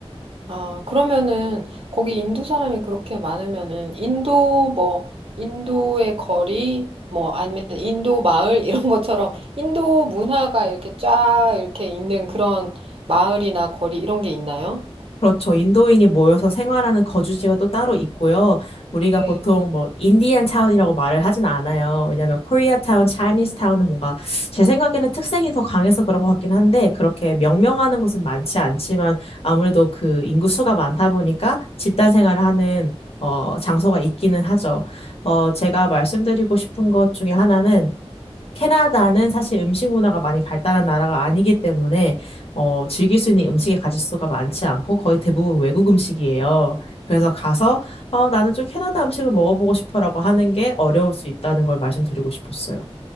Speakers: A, on the right; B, on the left.
A: 아, 그러면은 거기 인도 사람이 그렇게 많으면은 인도 뭐 인도의 거리 뭐 아니면 인도 마을 <laughs> 이런 것처럼 인도 문화가 이렇게 쫙 이렇게 있는 그런 마을이나 거리 이런 게 있나요?
B: 그렇죠. 인도인이 모여서 생활하는 거주지가 또 따로 있고요. 우리가
A: 네.
B: 보통 뭐 인디안 타운이라고 말을 하진 않아요. 왜냐하면 코리아 타운, 차이니스 타운은 뭔가 제 생각에는 특색이 더 강해서 그런 것 같긴 한데 그렇게 명명하는
A: 네.
B: 곳은 많지 않지만 아무래도 그 인구수가 많다 보니까 집단 생활을 하는 어, 장소가 있기는 하죠. 어, 제가 말씀드리고 싶은 것 중에 하나는 캐나다는 사실 음식 문화가 많이 발달한 나라가 아니기 때문에 어, 즐길 수 있는 음식의 가짓수가 많지 않고 거의 대부분 외국 음식이에요. 그래서 가서 어, 나는 좀 캐나다 음식을 먹어보고 싶어라고 하는 게 어려울 수 있다는 걸 말씀드리고 싶었어요.